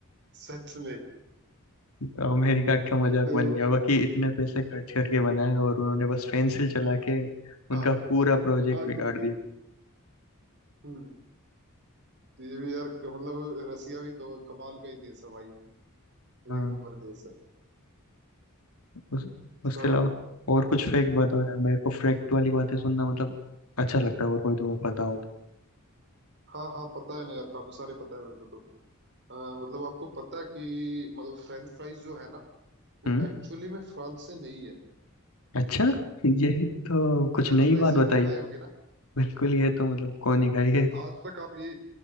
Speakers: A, on the right; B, on the left.
A: सच में
B: तो अमेरिका का मजाक
A: तो
B: बन गया होगा कि इतने पैसे खर्च करके बनाए और उन्होंने बस पेंसिल चला के उनका
A: हाँ
B: पूरा प्रोजेक्ट
A: हाँ
B: बिगाड़
A: क्योंकि
B: दिया
A: हम्म, तो ये भी यार क- मतलब रसिया भी क- कमाल का ही देश है भाई
B: हाँ
A: एक नंबर देश है
B: उस, उसके
A: हाँ
B: अलावा और कुछ फैक्ट बताओ यार मेरे को फैक्ट वाली बातें सुनना मतलब अच्छा लगता है और कोई तुम्हें पता हो तो
A: हाँ हाँ पता है ना यार काफी सारे पता है मेरे को तो अ, मतलब आपको पता है कि मतलब फ्रेंच फ्राइज जो है ना वो
B: हम्म
A: एक्चुअली में फ्रांस से नहीं है
B: अच्छा <laughs> ये तो कुछ
A: फ्रेंच
B: नई
A: फ्राइज
B: बात बताई
A: आपने खाए होगे ना
B: बिल्कुल ये तो मतलब कौन ही खाई है
A: आज तक आप ये